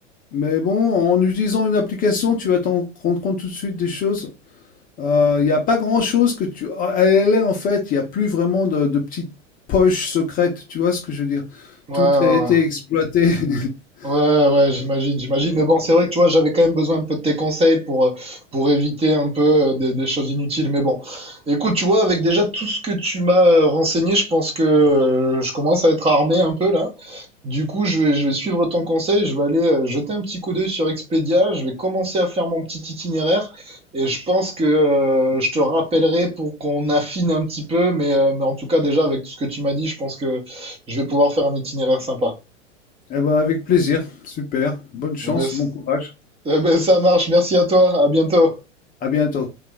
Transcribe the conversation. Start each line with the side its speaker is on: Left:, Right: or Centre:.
Left: Mais bon, en utilisant une application, tu vas t'en rendre compte tout de suite des choses. Euh, Il n'y a pas grand-chose que tu... À LA, en fait, il n'y a plus vraiment de, de petites poches secrètes, tu vois ce que je veux dire?
Right: Ouais,
Left: Tout
Right: ouais,
Left: a été
Right: ouais.
Left: exploité. <laughs>
Right: Ouais, ouais, ouais, j'imagine, j'imagine. Mais bon, c'est vrai que tu vois, j'avais quand même besoin un peu de tes conseils pour, euh, pour éviter un peu euh, des, des choses inutiles. Mais bon, écoute, tu vois, avec déjà tout ce que tu m'as euh, renseigné, je pense que euh, je commence à être armé un peu là. Du coup, je vais, je vais suivre ton conseil, je vais aller euh, jeter un petit coup d'œil sur Expedia, je vais commencer à faire mon petit itinéraire et je pense que euh, je te rappellerai pour qu'on affine un petit peu. Mais, euh, mais en tout cas, déjà, avec tout ce que tu m'as dit, je pense que je vais pouvoir faire un itinéraire sympa.
Left: Eh ben, avec plaisir. Super. Bonne chance,
Right: Mais ben,
Left: bon courage.
Right: Eh ben, ça marche. Merci à toi. À bientôt.
Left: À bientôt.